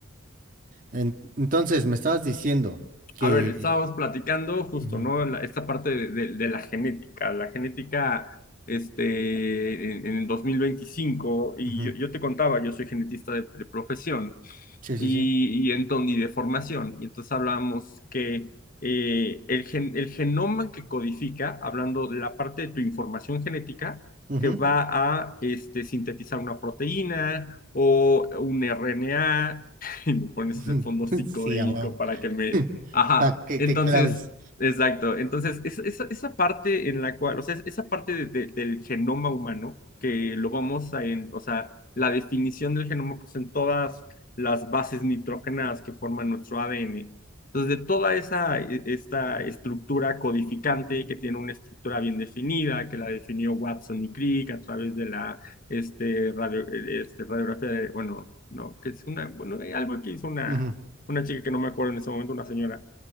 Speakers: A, on the right (about 40°); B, on the left (about 40°).
A: En- entonces, me estabas diciendo que...
B: A ver, estábamos platicando justo,
A: Ujú,
B: ¿no? La- esta parte de, de- de la genética, la genética este, en, en el 2025 y
A: ujú.
B: yo, yo te contaba, yo soy genetista de, de profesión
A: Sí, sí,
B: y,
A: sí.
B: y, enton- y de formación, y entonces hablamos que eh, el, gen- el genoma que codifica, hablando de la parte de tu información genética,
A: Ujú.
B: que va a este, sintetizar una proteína o un RNA, <laughs> y me pones
A: <laughs>
B: de fondo psicodélico
A: Sí, a huevo.
B: para que me
A: <laughs>
B: Ajá,
A: Pa' que
B: entonces,
A: te claves.
B: exacto. Entonces, esa, esa, esa parte en la cual, o sea, es- esa parte de- de- del genoma humano, que lo vamos a, en, o sea, la definición del genoma, pues en todas las bases nitrógenas que forman nuestro ADN. Entonces, de toda esa, e- esta estructura codificante que tiene una estructura bien definida, que la definió Watson y Crick a través de la este, radio, eh, este, radiografía de, bueno, no, que es una, bueno, eh, algo que hizo una,
A: Ujú,
B: una chica que no me acuerdo en ese momento, una señora